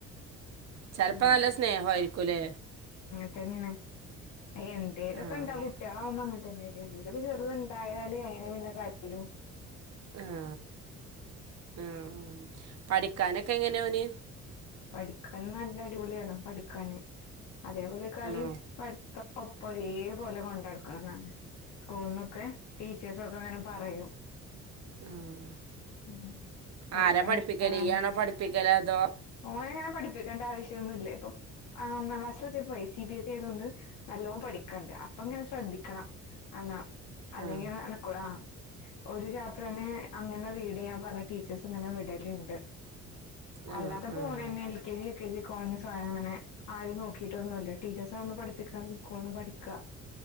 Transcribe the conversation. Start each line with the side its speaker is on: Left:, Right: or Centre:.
Right: ചെലപ്പം
Left: ആഹ്
Right: നല്ല സ്നേഹയിരിക്കൂല്ലേ.
Left: ഇതന്നെണ്. എ എന്തേലൊക്കെ
Right: ആഹ്
Left: ഇണ്ടാവും കുട്ട്യേളാവുമ്പോ അങ്ങനെ <unintelligible> ചെറ്ത്ണ്ടായാല് അയിന് പിന്നെ കരയലും
Right: ആ ആ പഠിക്കാനൊ ക്കെ എങ്ങനേ ഓന്
Left: പഠിക്കാൻ നല്ല അടിപൊളിയാണ് പഠിക്കാന് അതേപോലെ കളിയും
Right: ആണോ
Left: പഠിത്തം ഒപ്പം ഒരേ പോലെ കൊണ്ടടക്കണംന്നാണ് സ്കൂൾന്നൊക്കെ ടീച്ചേഴസ് ഒക്കെ ഇങ്ങനെ പറയും
Right: ഉം
Left: ഉം പഠിക്കാൻ
Right: ആരാ പഠിപ്പിക്കല്
Left: ഉഷാറാണ്
Right: ഇയ്യാണോ പഠിപ്പിക്കല് അതോ ധോ
Left: ഓനെ അങ്ങനെ പഠിപ്പിക്കേണ്ട ആവശ്യം ഒന്നുല്ല ഇപ്പൊ ആഹ്., ഒന്നാം ക്ലാസ്ലെത്തിപ്പയെ സി ബി എസ് ഇ ആയതുകൊണ്ട് നല്ലോം പഠി ക്കാൻണ്ട് അപ്പൊ ഇങ്ങനെ ശ്രദ്ധിക്കണം അങ്ങാ അല്ലെങ്കിൽ
Right: ആഹ്
Left: നടക്കൂല ആഹ് ഒരു ചാപ്റ്ററന്നെ അങ്ങനെ റീഡ് ചെയ്യാൻ പറഞ്ഞ് ടീച്ചേഴസ് ഇങ്ങനെ വിടലുണ്ട് അല്ലാതെ
Right: ആഹ് ആഹ്
Left: ഓനെന്നെ എൽ K G U K G കോ സ അങ്ങനെ ആരും നോക്കിട്ടൊന്നും ഇല്ല ടീച്ചേർസാവുമ്പം പഠിപ്പിക്ക സ്കൂളിൽന്ന് പഠിക്കാ